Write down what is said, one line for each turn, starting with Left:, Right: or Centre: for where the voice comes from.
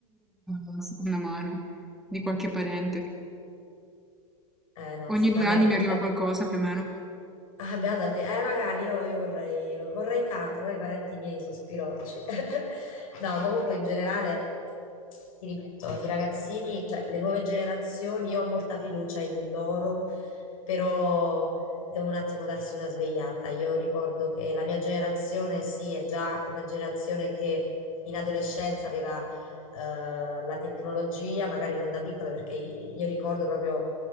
Centre: alla seconda mano, di qualche parente.
Left: Eh no,
Centre: Ogni
Left: sì,
Centre: due
Left: ma meglio,
Centre: anni mi arriva qualcosa, più o meno.
Left: Ah, beata te. Eh, magari io, io vorrei, vorrei tanto, però i parenti miei sospirorci. <laughs> No, comunque in generale, ti ripeto, i ragazzini, cioè le nuove generazioni, io ho molta fiducia in loro, però devono un attimo darsi una svegliata. Io ricordo che la mia generazione, sì, è già una generazione che in adolescenza aveva eh, la tecnologia, magari non da piccola, perché io ricordo proprio